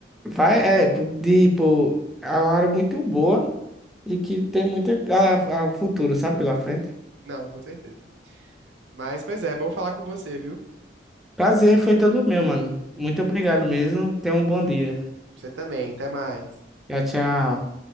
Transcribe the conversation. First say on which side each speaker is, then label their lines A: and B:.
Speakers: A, in the centre; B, on the right.
A: Vai, é, tipo, é uma área muito boa e que tem muito a, a futuro, sabe, pela frente.
B: Não, com certeza. Mas, pois é, bom falar com você, viu?
A: Prazer foi todo meu, mano. Muito obrigado mesmo. Tenha um bom dia.
B: Você também, até mais.
A: Tchau, tchau.